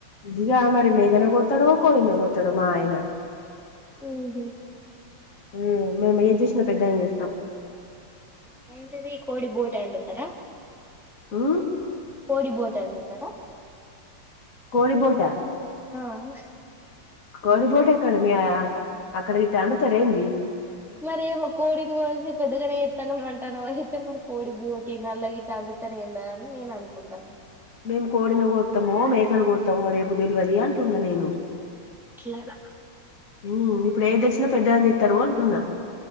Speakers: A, on the left; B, in the centre.
A: అదిగాదుమరి మేకనే కోతడో కోడినే కోతడో మాఆయన
B: ఉంహు
A: ఉమ్ మేమేది జెస్నా పెద్దగనే చేస్తం
B: ఏంటిది కోడి బోటి ఒండుతరా
A: ఉమ్
B: కోడి బోటి ఒండుతర
A: కోడి బోటా
B: ఆహ్
A: కోడి బోటెక్కడమి ఆ అక్కడ గిట ఒండుతర ఏంది
B: మరేమో కోడిని కోసి పెద్దగనే ఎత్తాన్నవంటకద అయితే మరి కోడి బోటి నల్ల గీట ఒండుతరెందాని నేననుకుంటాన
A: మేము కోడిని కోత్తమో మేకను కోత్తమో రేపు తెలువది అంటున్న నేను
B: ఇట్లదా
A: ఉమ్ ఇప్పుడేది తెచ్చినా పెద్దగనే చేత్తరు అంటున్నా